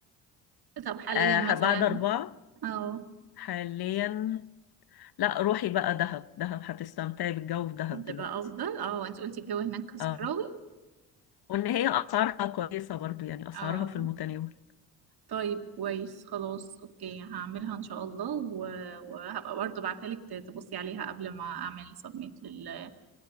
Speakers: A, on the right (about 60°); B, on the left (about 60°).
A: طب حاليا
B: آه
A: مثلا
B: بعد أربعة
A: اه
B: حاليا لا روحي بقى دهب دهب هتستمتعي بالجو في دهب
A: هتبقى
B: دلوقتي
A: افضل اه انت قلتي الجو هناك صحراوي
B: اه وإن هي أسعارها كويسة برضو يعني أسعارها
A: اه
B: في المتناول
A: طيب كويس خلاص اوكي هعملها ان شاء الله و... وهبقى برضه بعتلك ت- تبصي عليها قبل ما اعمل سبميت لل...